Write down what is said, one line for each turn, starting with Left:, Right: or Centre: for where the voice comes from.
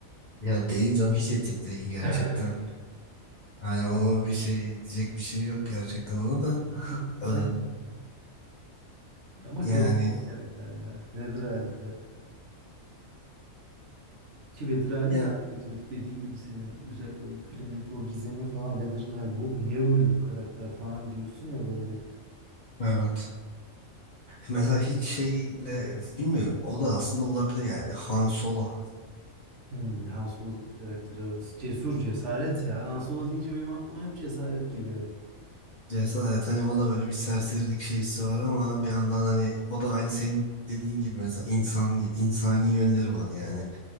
Left: Ya değil canım hiç etik değil gerçekten.
Right: <laughs>
Left: Yani o bir şey diyecek bir şey yok gerçekten ona da.
Right: Hiç etik karakter.
Left: Ee,
Right: Ama
Left: Yani
Right: karizmatik karakter ya. Vedir Ali de. Ki Vedir Ali
Left: ya
Right: daha karizmatik. Dediğin gibi senin özellikle o ilk filmdeki o gizemi falan Vedir'in hani bu niye böyle bu karakter falan diyorsun ya böyle bir
Left: evet. Mesela hiç şeyle bilmiyorum. O da aslında olabilir yani. Han Solo.
Right: hmm, Han Solo karakter evet. Cesur cesaret ya. Han Solo deyince benim aklıma hep cesaret geliyor.
Left: Cesaret hani o da böyle bir serserilik şeysi var ama bir yandan hani o da aynı senin dediğin gibi mesela insan insani yönleri var yani.